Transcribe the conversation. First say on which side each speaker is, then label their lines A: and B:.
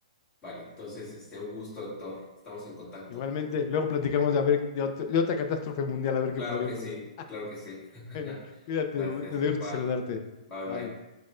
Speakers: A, on the left (about 15°); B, on the left (about 40°).
A: Vale, entonces, este, un gusto, Héctor. Estamos en contacto.
B: Igualmente, luego platicamos de, a ver, de, ot- de otra catástrofe mundial, a ver qué
A: Claro
B: podría
A: que
B: pasar.
A: sí,
B: <laughs>
A: claro que sí. <laughs>
B: Bueno, cuídate,
A: Gracias,
B: me me
A: igual.
B: gusta saludarte.
A: Bye,
B: Bye.
A: bye.